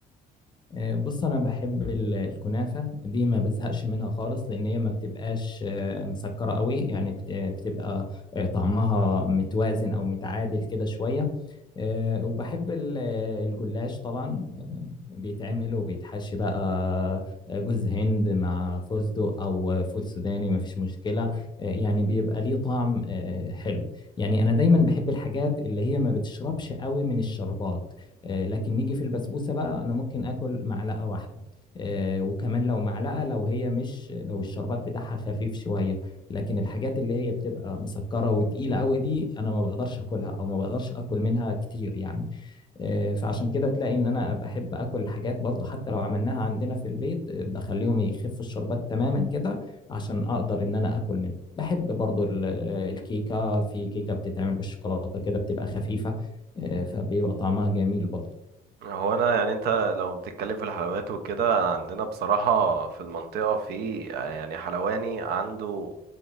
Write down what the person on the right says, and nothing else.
هو انا يعني انت لو بتتكلم في الحلويات وكده عندنا بصراحة في المنطقة في يعني حلواني عنده